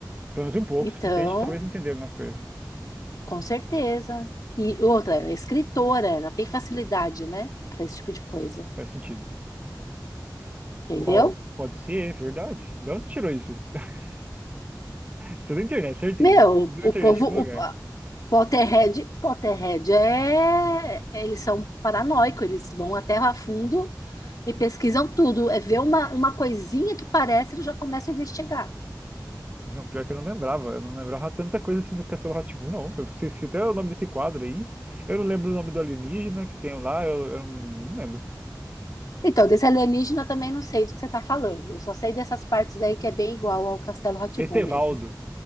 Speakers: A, on the right; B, on the left.
A: Pelo menos um pouco,
B: então,
A: o suficiente, talvez entender algumas coisas.
B: com certeza. E outra, ela é escritora, ela tem facilidade, né, para esse tipo de coisa.
A: Faz sentido.
B: Entendeu?
A: Uau, pode ser, é verdade. De onde você tirou isso? <laughs> Isso é da internet, certeza.
B: Meu,
A: Isso é da
B: o
A: internet
B: povo,
A: em algum
B: o
A: lugar.
B: pa- Potterhead, Potterhead é, eles são paranoicos, eles vão até a fundo e pesquisam tudo. É ver uma, uma coisinha que parece, eles já começam a investigar.
A: Não, pior que eu não lembrava. Eu não lembrava tanta coisa assim do Castelo rá tim não. Eu sei se até o nome desse quadro aí. Eu não lembro o nome do alienígena que tem lá. Eu, eu não lembro.
B: Então, desse alienígena eu também não sei do que você está falando. Eu só sei dessas partes aí que é bem igual ao Castelo rá
A: Etevaldo.
B: mesmo.